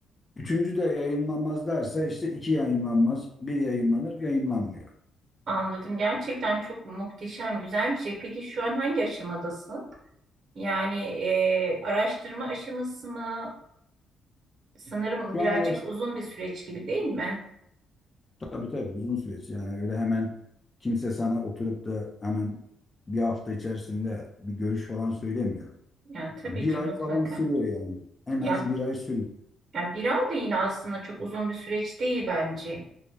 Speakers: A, on the left (about 25°); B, on the right (about 45°).
A: Üçüncü de yayınlanmaz derse işte iki yayınlanmaz, bir yayınlanır, yayınlanmıyor.
B: anladım. Gerçekten çok muhteşem, güzel bir şey. Peki şu an hangi aşamadasın? Yani e, araştırma aşaması mı? Sanırım
A: Şu
B: birazcık
A: an araç
B: uzun bir süreç gibi değil mi?
A: tabii tabii uzun süreç. Yani öyle hemen kimse sana oturup da hemen bir hafta içerisinde bir görüş falan söylemiyor.
B: Yani tabii
A: Yani bir
B: ki
A: ay
B: mutlaka.
A: falan sürüyor yani. En
B: Yani,
A: az bir ay sürüyor.
B: yani bir ay da yine aslında çok uzun bir süreç değil bence.